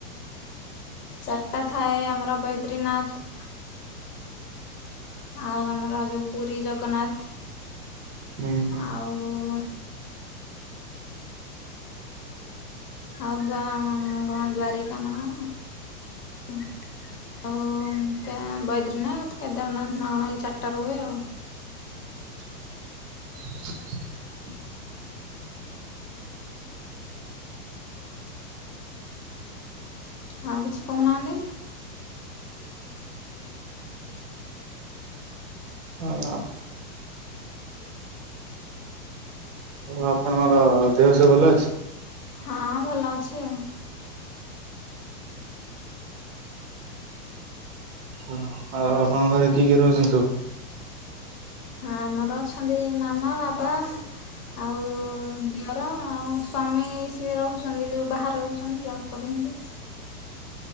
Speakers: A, on the left; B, on the right.
A: ଚାରିଟା ଥାଏ ଆମର ବୈଦ୍ରୀନାଥ। ଆଉ ଆମର ଯୋଉ ପୁରୀ ଜଗନ୍ନାଥ
B: ହୁଁ
A: ଆଉ ଆଉ ନ୍ଦ୍ୱଆଁ ଦ୍ୱାରିକାନା କଣ ହଉ ପେ ବୈଦ୍ରୀନାଥ କେଦାରନାଥ ନା କଣ ଏଇ ଚାରିଟା ରୁହେ ଆଉ।
B: <inaudible> <inaudible>
A: ଆଉ କିଛି କହୁନାହାନ୍ତି
B: ହଁଆ ଆଉ ଆପଣଙ୍କର ଦେହ ସବୁ ଭଲ ଅଛି?
A: ହଁ ଭଲ ଅଛି ଆଉ।
B: ଆଉ ଆପଣଙ୍କ ଘରେ କି କିଏ ରହୁଛନ୍ତି ସବୁ?
A: ଆମର ଅଛନ୍ତି ମାମା ବାବା ଆଉ ଯୋଉ ଦିଅର ଆଉ ସ୍ଵାମୀ ସିଏ ରହୁଛନ୍ତି ଯୋଉ ବାହାରେ ରହୁଛନ୍ତି ଜବ୍ କରିିଚନ୍ତି।